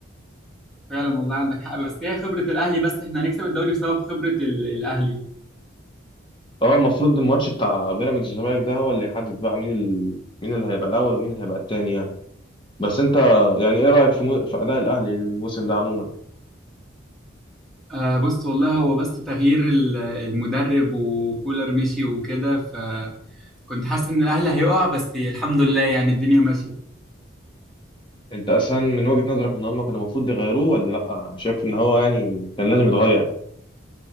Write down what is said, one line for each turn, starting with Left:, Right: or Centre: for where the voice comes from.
Centre: فعلا والله عندك حق بس هي خبره الاهلي بس احنا هنكسب الدوري بسبب خبره ال- الاهلي
Left: اه المفروض الماتش بتاع بيراميدز والزمالك ده هو اللي يحدد بقى مين ال... مين اللي هيبقى الاول ومين اللي هيبقى التاني يعني بس انت يعني ايه رأيك في مو... في اداء الاهلي الموسم ده عموما؟
Centre: آه بص والله هو بس تغيير ال- المدرب وكولر مشي وكده فكنت حاسس ان الاهلي هيقع بس الحمد لله يعني الدنيا ماشيه
Left: انت اصلا من وجهة نظرك ان هم كانوا المفروض يغيروه ولا لا انا شايف ان هو يعني كان لازم يتغير